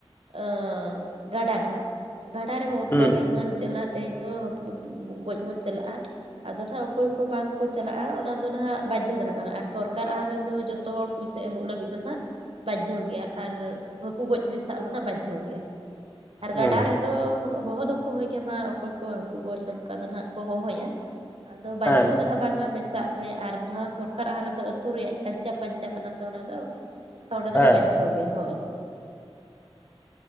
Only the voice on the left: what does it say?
ᱦᱩᱸ
ᱦᱩᱸ
ᱦᱮᱸ
ᱦᱮᱸ